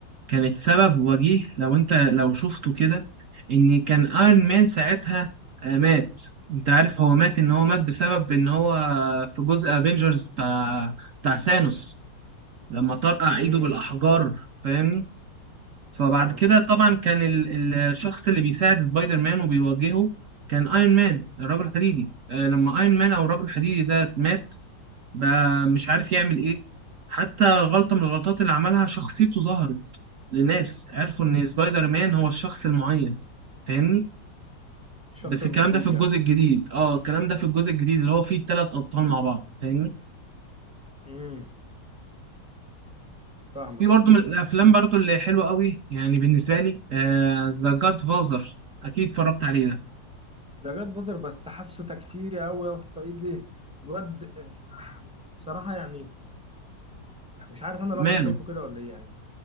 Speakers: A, on the right (about 55°); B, in the centre.
A: كانت سبب وجيه لو انت لو شفته كده ان كان ايرون مان ساعتها آه، مات انت عارف هو مات ان هو مات بسبب ان هو في جزء افنجرز بتاع بتاع ثانوس لما طرقع
B: امم
A: ايده بالاحجار فاهمني فبعد
B: فاهمك
A: كده
B: اه
A: طبعا كان ال- ال- الشخص اللي بيساعد سبايدر مان وبيواجهه كان ايرون مان الرجل الحديدي آه، لما ايرون مان او الرجل الحديدي ده مات بقى مش عارف يعمل ايه حتى غلطة من الغلطات اللي عملها شخصيته ظهرت لناس عرفوا ان سبايدر مان هو الشخص المعين فاهمني
B: الشخص
A: بس
B: المطلوب
A: الكلام ده في الجزء
B: يعني
A: الجديد اه الكلام ده في الجزء الجديد اللي هو فيه الثلاث ابطال مع بعض فاهمني
B: امم فاهمك
A: في برضه
B: اه
A: من الافلام برضه اللي حلوه قوي يعني بالنسبه لي ذا آه جاد فازر اكيد اتفرجت عليه ده
B: ذا جاد فازر بس حاسه تكفيري قوي يا اسطى ايه ده الواد آه، بصراحه يعني مش عارف انا لوحدي
A: ماله
B: شايفه كده ولا ايه يعني